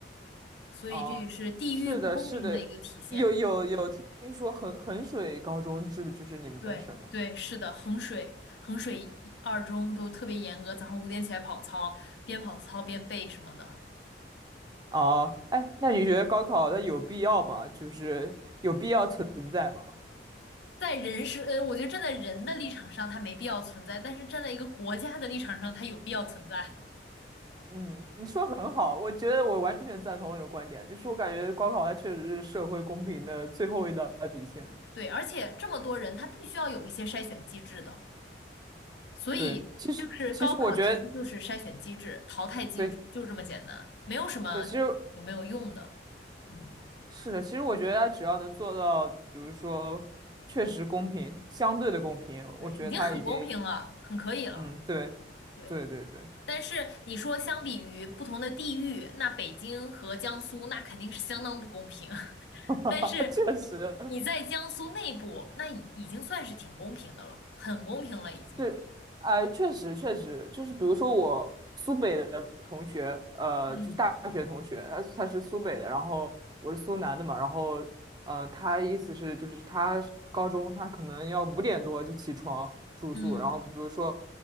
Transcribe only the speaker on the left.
所以这也是地域不公平的一个体现。
对对，是的，衡水、衡水一二中都特别严格，早上五点起来跑操，边跑操边背什么的。
在人是，呃，我觉得站在人的立场上，它没必要存在；但是站在一个国家的立场上，它有必要存在。
对，而且这么多人，他必须要有一些筛选机制的，所以就是高考其实就是筛选机制、
淘汰机制，
就这么简单，没有什么
有没有用的。嗯，
对，
已经很公平了，很可以了。
对。
但是你说相比于不同的地域，那北京和江苏那肯定是相当不公平。<laughs>
但是你你在江苏内部，
那已已经算是挺公平的了，很公平了已经。
嗯，
嗯，